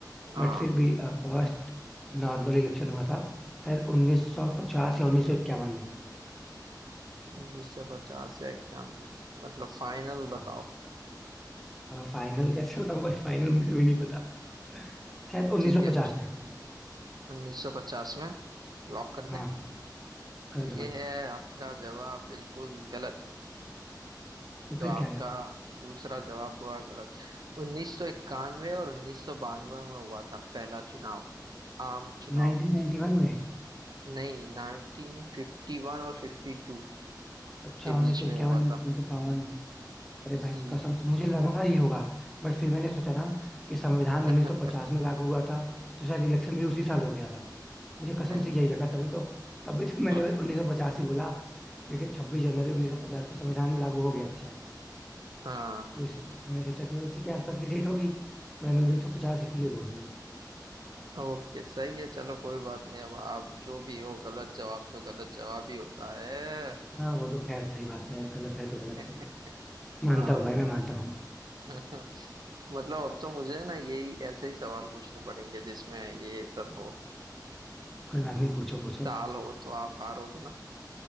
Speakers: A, on the right; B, in the centre.
A: हाँ
B: बट फिर भी फर्स्ट नॉर्मल इलेक्शन हुआ था शायद 1950 या 1951 में
A: उन्नीस सौ पचास या इक्यानवे में मतलब फाइनल
B: हाँ
A: बताओ
B: फाइनल कैसे बताऊं भाई फाइनल मुझे भी नहीं पता शायद 1950
A: ठीक है
B: में
A: उन्नीस सौ पचास में लॉक कर
B: हाँ
A: दें
B: कर
A: तो ये
B: दो भाई
A: है आपका जवाब बिल्कुल गलत
B: तो
A: तो
B: फिर
A: आपका
B: क्या है
A: दूसरा जवाब हुआ गलत 1991 और 1992 में हुआ था पहला चुनाव आम चुनाव
B: 1991 में
A: नहीं 1951 और 52
B: अच्छा
A: के
B: उन्नीस
A: बीच
B: सौ इक्यावन
A: में हुआ
B: में,
A: था
B: उन्नीस सौ बावन अरे
A: सी
B: भाई कसम से मुझे लगा ये होगा बट फिर मैंने सोचा ना कि संविधान
A: <laughs>
B: 1950 में लागू हुआ था तो शायद इलेक्शन भी उसी साल हो गया था मुझे कसम
A: नहीं
B: से यही लगा तभी तो तभी तो
A: <laughs>
B: मैंने बस 1950 ही बोला क्योंकि 26 जनवरी 1950 को संविधान लागू हो गया था शायद
A: हाँ
B: तो इसी मैंने सोचा कि उसी के आसपास की डेट होगी तो मैंने 1950 इसीलिए बोल दिया
A: ओके सही है चलो कोई बात नहीं अब आप जो भी हो गलत जवाब तो गलत जवाब ही होता है
B: हाँ वो तो खैर सही बात है गलत है
A: <laughs>
B: तो गलत है मानता
A: हाँ
B: हूँ भाई मैं मानता हूँ
A: <laughs> मतलब अब तो मुझे ना यही ऐसे ही सवाल पूछने पड़ेंगे जिसमें ये सब हो
B: कोई बात नहीं पूछो पूछो
A: साल हो तो आप हारोगे ना